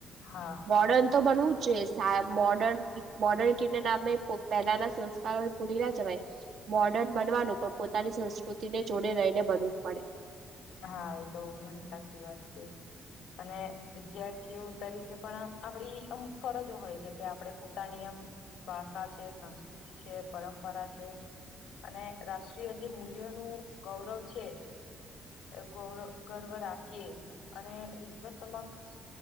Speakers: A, on the left; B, on the right.
A: હા
B: મોર્ડર્ન તો બનવું જ જે સા મોર્ડન મોર્ડર્ન કીનીડા મેં પહેલાના સંસ્કારોને ભૂલી ના જવાય. મોડર્ન બનવાનું પણ પોતાની સંસ્કૃતિને જોડે લઈને બનવું પડે.
A: હા એ તો ઘણી સાચી વાત છે. અને વિદ્યાર્થીઓ તરીકે પણ આપડી અમુક ફરજો હોય છે કે આપણે પોતાની આમ ભાષા છે, સંસ્કૃતિ છે, પરંપરા છે. અને રાષ્ટ્રીય જે મૂલ્યોનું ગૌરવ છે. એ ગૌરવ ગર્વ રાખીએ અને વિશ્વ સમક્ષ